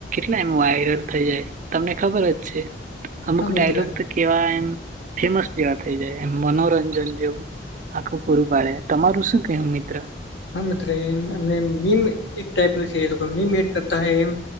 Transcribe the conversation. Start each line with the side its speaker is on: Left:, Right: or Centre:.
Right: એ એમ વાયરલ થઈ જાય તમને ખબર જ છે અમુક
Left: હા
Right: ડાયલોગ
Left: મિત્ર
Right: કેવા એમ ફેમસ જેવા થઈ જાય એમ મનોરંજન જેવું આખું પૂરું પાડે તમારું શું કહ મિત્ર
Left: હા મિત્રમ મીમ એક ટાઈપ ન છે મીમ એડ એમ